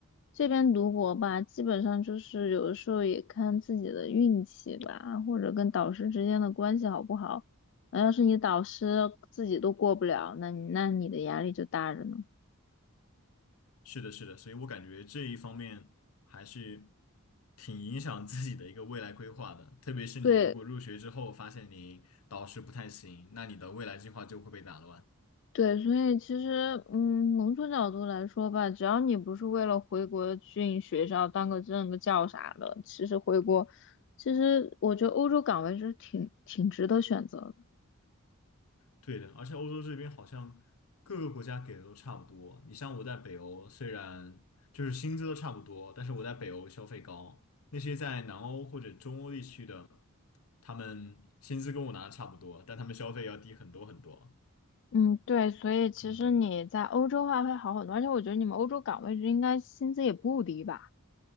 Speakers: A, on the left (about 55°); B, on the left (about 75°).
A: 这边读博吧，基本上就是有的时候也看自己的运气吧，或者跟导师之间的关系好不好。那要是你导师自己都过不了，那你那你的压力就大着呢。
B: 是的，是的，所以我感觉这一方面还是挺影响自己的一个未来规划的，特别是你如果入学之后发现你导师不太行，
A: 对，
B: 那你的未来计划就会被打乱。
A: 对，所以其实，嗯，某种角度来说吧，只要你不是为了回国进学校当个正个教啥的，其实回国，其实我觉得欧洲岗位是挺挺值得选择的。
B: 对的，而且欧洲这边好像各个国家给的都差不多。你像我在北欧，虽然就是薪资都差不多，但是我在北欧消费高，那些在南欧或者中欧地区的，他们薪资跟我拿的差不多，但他们消费要低很多很多。
A: 嗯，对，所以其实你在欧洲的话会好很多，
B: 嗯。
A: 而且我觉得你们欧洲岗位就应该薪资也不低吧？